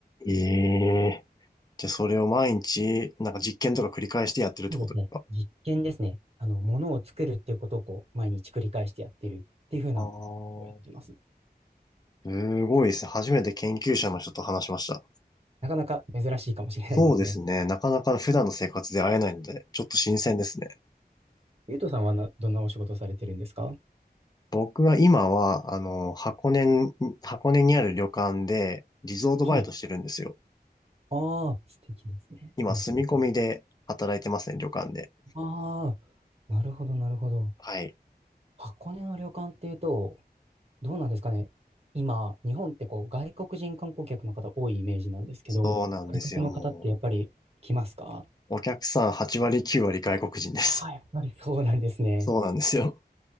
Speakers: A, on the left (about 25°); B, on the right (about 35°).
A: ええ。じゃあ、それを毎日、なんか実験とか繰り返してやってるってことですか
B: そうですね。実験ですね。あの、ものを作るっていうことをこう毎日繰り返してやってるっていうふうなことをやってます。
A: ああー、すごいですね。初めて研究者の人と話しました。
B: なかなか珍しいかもしれないですね。
A: そうですね。なかなか普段の生活で会えないので、ちょっと新鮮ですね。
B: ゆうとさんはなどんなお仕事をされてるんですか
A: 僕は今は、あの、箱根に、箱根にある旅館で、リゾートバイトしてるんですよ。
B: はい。ああ、素敵ですね。
A: 今、
B: うんうん
A: 住み込みで働いてますね、旅館で。
B: ああ、なるほど、なるほど。
A: はい。
B: 箱根の旅館っていうと、どうなんですかね。今、日本ってこう外国人観光客の方多いイメージなんですけど、
A: そうなんですよ、
B: 外国の方ってやっぱり来ますか
A: もう。お客さん8割、9割外国人です。
B: ああ、やっぱりそうなんですね。
A: <laughs> そうなんですよ。